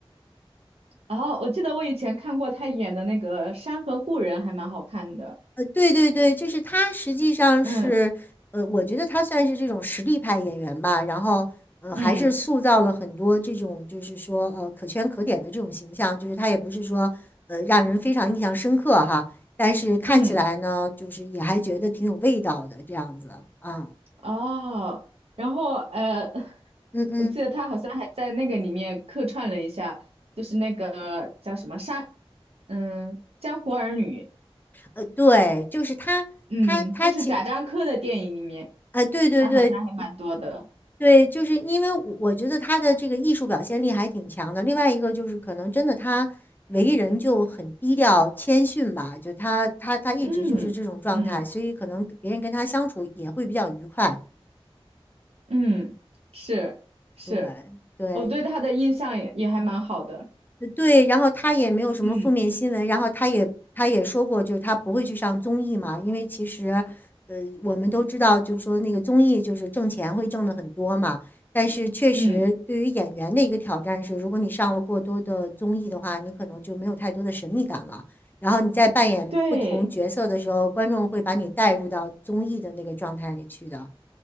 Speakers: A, on the right; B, on the left.
A: 哦，我记得我以前看过他演的那个《山河故人》，还蛮好看的。
B: 呃，对对对，就是他实际上是，
A: 嗯
B: 呃，我觉得他算是这种实力派演员吧，然后呃，
A: 嗯
B: 还是塑造了很多这种就是说呃可圈可点的这种形象，就是他也不是说呃让人非常印象深刻哈，但是看起来呢，
A: 嗯。
B: 就是也还觉得挺有味道的这样子啊，
A: 哦，然后呃，<laughs>
B: 嗯嗯，
A: 我记得他好像还在那个里面客串了一下，就是那个叫什么山，嗯，江湖儿女，
B: 呃对，就是他他他其
A: 嗯，就是贾樟柯的电影里面，
B: 啊、对对对，
A: 他好像还蛮多的，
B: 对，就是因为我我觉得他的这个艺术表现力还挺强的。另外一个就是，可能真的他为人就很低调谦逊吧，就他他他一直就是这种状态，
A: 嗯嗯
B: 所以可能别人跟他相处也会比较愉快。
A: 嗯，是是，
B: 对对，
A: 我对他的印象也也还蛮好的，
B: 呃对，然后他也没有什么负面新闻，
A: 嗯
B: 然后他也他也说过，就是他不会去上综艺嘛，因为其实，呃，我们都知道，就是说那个综艺就是挣钱会挣的很多嘛，但是确实对于演员的一个挑战是，
A: 嗯，
B: 如果你上了过多的综艺的话，你可能就没有太多的神秘感了，然后你在扮演不同角色的时候，
A: 对
B: 观众会把你带入到综艺的那个状态里去的。